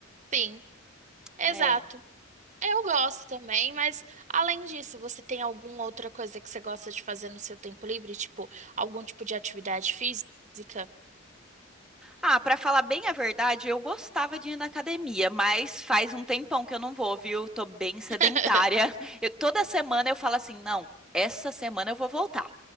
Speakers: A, on the right (about 35°); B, in the centre.
A: Sim, exato.
B: É.
A: Eu gosto também, mas além disso, você tem alguma outra coisa que você gosta de fazer no seu tempo livre? Tipo, algum tipo de atividade física?
B: Ah, pra falar bem a verdade, eu gostava de ir na academia, mas faz um tempão que eu não vou, viu? Tô bem sedentária.
A: <laughs>
B: <laughs> Eu- toda semana eu falo assim, não, essa semana eu vou voltar.